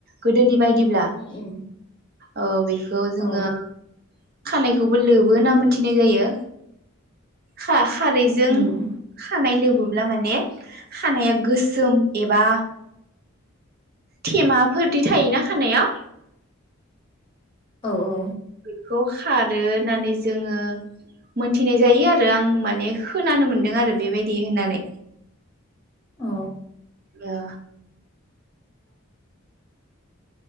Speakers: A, on the right (about 45°); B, on the left (about 25°).
A: गोदोनि बायदिब्ला
B: उम
A: अ बे खौ जोङो
B: औ
A: खानायखौबो लोबो होनना मोनथिनाय जायो खा खारैजों
B: उम
A: खानाय लोबो। अब्ला माने खानाया गोसोम एबा थेमाफोरदि थायोना खानायाव
B: औ औ
A: बेखौ खारो होननानै जोङो मोनथिनाय जायो आरो आं माने खोनानो मोनदों आरो बेबायदि होननानै।
B: अ
A: दा